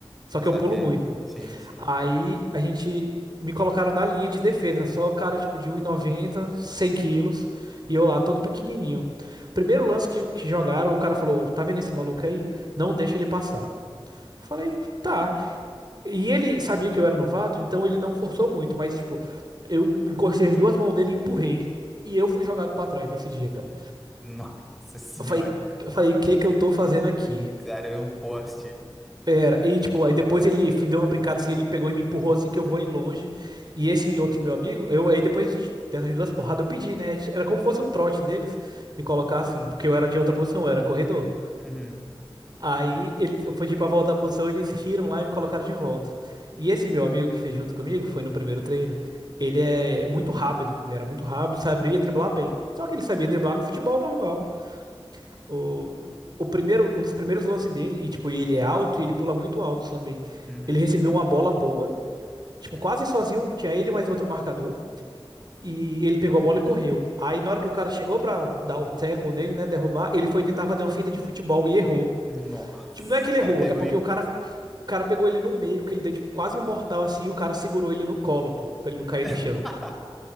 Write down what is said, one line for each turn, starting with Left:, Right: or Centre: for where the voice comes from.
Right: Só que
Centre: Saquei.
Right: eu pulo muito.
Centre: Sim, sim.
Right: Aí a gente me colocaram na linha de defesa, só cara, tipo, de um e noventa cem quilos, e eu lá todo pequenininho. Primeiro lance que, que jogaram, o cara falou: Tá vendo esse maluco aí? Não deixa ele passar. Eu Falei, tá. E ele sabia que eu era novato, então ele não forçou muito, mas, tipo, eu encostei as duas mãos dele e empurrei. E eu fui jogado pra trás nesse dia, cara.
Centre: Nossa senhora.
Right: Eu falei, eu falei, o que que eu tô fazendo aqui?
Centre: Cara, eu um poste.
Right: Pera, e tipo, aí depois ele f- deu uma brincada assim, ele pegou e me empurrou assim que eu vou ir longe. E esse outro meu amigo, eu aí depois dessas duas porradas eu pedi, né? Era como fosse um trote deles me colocar assim, porque eu era de outra posição, eu era corredor.
Centre: Uhum,
Right: Aí eles, eu pedi pra voltar à posição, eles riram lá e me colocaram de volta. E esse meu amigo que fez junto comigo, foi no primeiro treino, ele é muito rápido, ele era muito rápido, sabia driblar bem. Só que ele sabia driblar no futebol normal. O, o primeiro, um dos primeiros lances dele, e tipo, ele é alto e ele pula muito alto também.
Centre: uhum.
Right: Ele recebeu uma bola boa, tipo, quase sozinho, um, tinha ele mais outro marcador, e ele pegou a bola e correu. Aí na hora que o cara chegou pra dar o tackle nele, né, derrubar, ele foi tentar fazer uma finta de futebol e errou.
Centre: Nossa.
Right: Tipo, não é que ele
Centre: O cara
Right: errou,
Centre: pegou
Right: é porque
Centre: e.
Right: o cara, o cara pegou ele no meio, que ele deu tipo quase um mortal assim, e o cara segurou ele no colo, pô, pra ele não
Centre: <laughs>
Right: cair no chão.